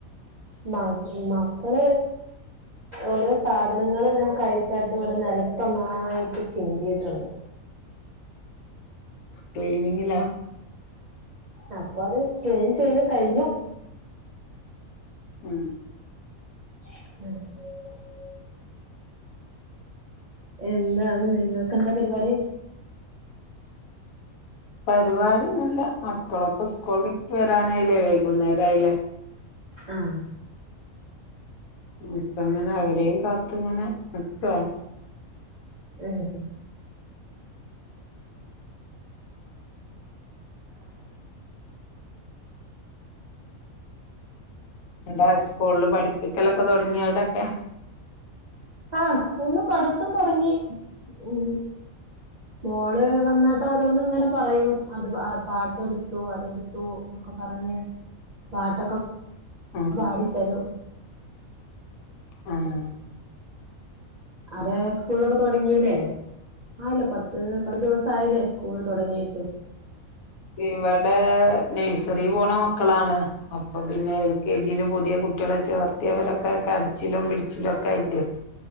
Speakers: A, on the right; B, on the left.
A: മ മക്കൾ ഓരോ സാധനങ്ങൾ ഇങ്ങനെ കഴിച്ചാട്ട് ഇവടെ നിലത്ത് ഒന്നായിട്ട് ചിന്തിയിട്ടുണ്ട്.
B: ക്ലീനിങ്ങിലാ
A: അപ്പൊ അത് ക്ലീൻ ചെയ്ത് കഴിഞ്ഞു.
B: ഉം
A: <inaudible> എന്താണ് നിങ്ങൾക്ക് എന്താണ് പരിപാടി
B: പരിപാടി ഒന്നും ഇല്ല മക്കൾ ഒക്കെ സ്കൂൾ വിട്ട് വരാൻ ആയില്ലേ വൈകുന്നേരം ആയിലെ
A: ആഹ്
B: അപ്പൊ ഇങ്ങനെ അവരെയും കാത്ത് ഇങ്ങനെ നിക്കാണ്
A: ഉം
B: എന്താ സ്കൂളിൽ പഠിപ്പിക്കൽ ഒക്കെ തുടങ്ങിയോ അവിടെ ഒക്കെ
A: ആ സ്കൂളിൽ പഠിത്തം തുടങ്ങി ഉം മോൾ വന്നാട്ട് ഓരോന്ന് ഇങ്ങനെ പറയും പാട്ട് എടുത്തു അത് എടുത്തുന്നൊക്കെ പറഞ്ഞു പാട്ടൊക്കെ
B: ആഹ്
A: പാടിത്തരും
B: ആഹ്
A: അവിടെ സ്കൂളിൽ ഒക്കെ തുടങ്ങിലെ ആയല്ലോ പത്ത് പത്ത് ദിവസം സായിലെ സ്കൂൾ തുടങ്ങിയിട്ട്
B: ഇവടെ നൈസറിയിൽ പോണ മക്കളാ അപ്പൊ പിന്നെ എൽ കെ ജി പുതിയ കുട്ടികളെ ചേർത്തിയവർ ഒക്കെ കരച്ചിലും പിടിച്ചിലും ഒക്കെ ആയിട്ട്